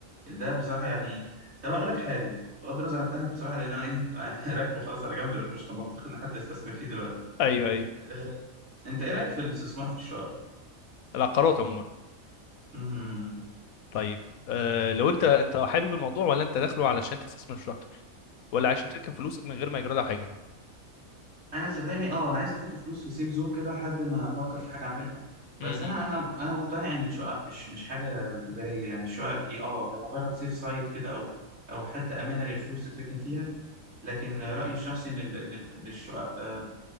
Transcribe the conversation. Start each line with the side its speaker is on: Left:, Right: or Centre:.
Right: الدهب بصراحه يعني طب اقول لك حاجه بغض النظر عن الدهب بصراحه لان انا ايه <laughs> راكنه خلاص على جنب لانه مش منطقي ان حد يستثمر فيه دلوقتي
Left: ايوه ايوه
Right: آه، انت ايه رايك في الاستثمار في الشقق؟
Left: العقارات عموما
Right: إمم، إمم، إمم.
Left: طيب أه لو انت انت حابب الموضوع ولا انت داخله علشان تستثمر مش اكتر ولا عشان تركن فلوسك من غير ما يجرى لها حاجه
Right: انا صدقني اه انا عايز احط فلوس في سيف زون كده لحد ما افكر في حاجه اعملها بس
Left: امم
Right: انا انا انا مقتنع ان الشقق مش مش حاجه تجاريه يعني الشقق دي اه هي مجرد سيف سايت كده او او حته امنه للفلوس تتركن فيها لكن رايي الشخصي ان ال- ان ال- ان الشقق آه،